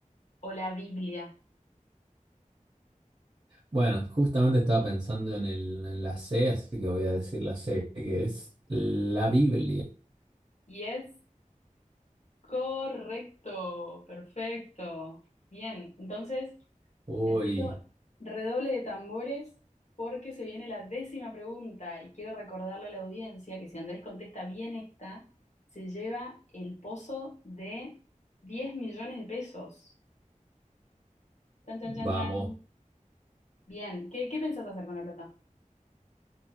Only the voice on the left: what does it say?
o la Biblia.
Y es correcto, perfecto. Bien, entonces
necesito redoble de tambores porque se viene la décima pregunta y quiero recordarle a la audiencia que si Andrés contesta bien esta, se lleva el pozo de 10 millones de pesos. Chan, chan,
chan, chan. Bien, ¿qué, qué pensás hacer con la plata?